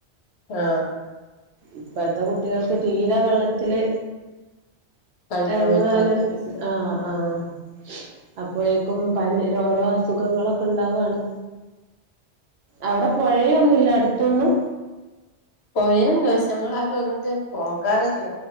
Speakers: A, on the left; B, on the right.
A: ആഹ്
B: ഇപ്പഴത്തെ കുട്ടികൾക്ക് തീരെ വെള്ളത്തില്
A: കളിക്കാൻ
B: എറ്ങ്ങാനൊര്
A: പറ്റാത്ത അവസ്ഥ
B: ആഹ് ആഹ് അപ്പോയെക്കും പനി ഓരോ അസുഖങ്ങളൊക്കെ ണ്ടാവാണ് അവിടെ പൊഴയൊന്നുല്ലെ അടുത്തൊന്നും
A: പൊയണ്ട് പക്ഷെ ഞങ്ങളാരും അങ്ങട്ട് പോകാറില്ല